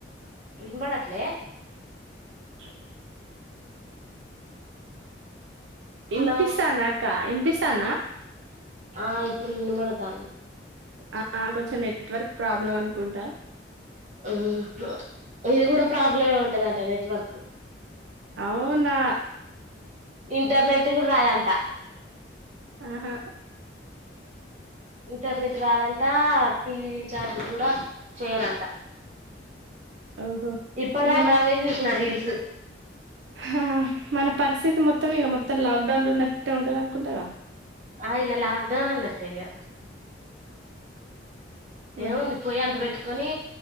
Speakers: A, on the right; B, on the right.
A: వినబడట్లే
B: ష్
A: హలో
B: ఇనిపిస్తాందా అక్క ఇనిపిస్తాందా
A: ఆ ఇప్పుడు ఇనబడుతాంది
B: ఆ ఆ కొంచెం నెట్వర్క్ ప్రాబ్లం అనుకుంటా
A: ఉ హు ఇది కూడా ప్రాబ్లమే ఉంటదంట నెట్వర్క్
B: అవునా
A: ఇంటర్నెట్ కూడా రాదంట
B: ఆహా
A: ఇంటర్నెట్ రాదంట టీవీ రీచార్జ్ కూడా చేయరంట
B: ఓహో!
A: ఇప్పటిదాకా
B: ఇగ
A: అవే చూసినా రీల్స్
B: హా మన పరిస్థితి మొత్తం ఇగ మొత్తం లాక్డౌన్లు ఉన్నట్టే ఉంటది అనుకుంటగా
A: ఆ ఇగ లాక్డౌన్ అన్నట్టేగా
B: ఆ!
A: ఏముంది పోయి అంటి పెట్ కొని